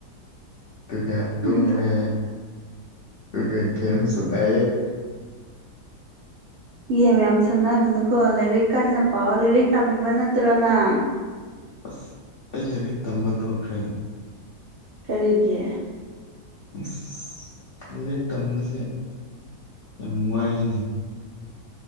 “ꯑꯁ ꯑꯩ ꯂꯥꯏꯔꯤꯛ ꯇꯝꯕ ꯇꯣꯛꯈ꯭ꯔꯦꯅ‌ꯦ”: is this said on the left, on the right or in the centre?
Left